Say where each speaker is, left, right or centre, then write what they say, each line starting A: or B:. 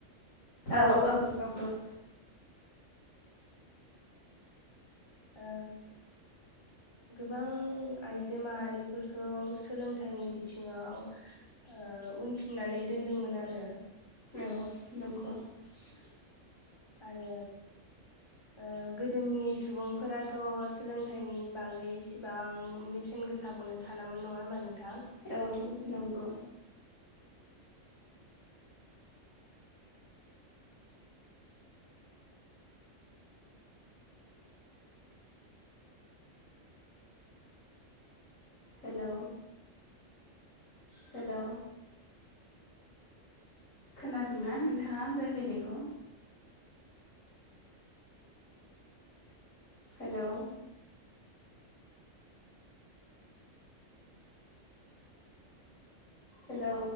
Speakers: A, on the left (about 80°); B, on the left (about 20°).
A: औ औ नगौ। <unintelligible>
B: ओ गोबां आइजो माहारिफोरखौ सोलोंथाइनि बिथिङाव ओ उनफिननानै दोनदोंमोन आरो।
A: औ नंगौ। <inaudible>
B: आरो ओ गोदोनि सुबुंफोराथ' सोलोंथाइनि बागै इसेबां बेसेन गोसाखौनो सानामोन नङा होमबा नोंथां।
A: औ नंगौ। हेलौ हेल' खोनादोंना नोंथाङा आं रायलायनायखौ? Hello hello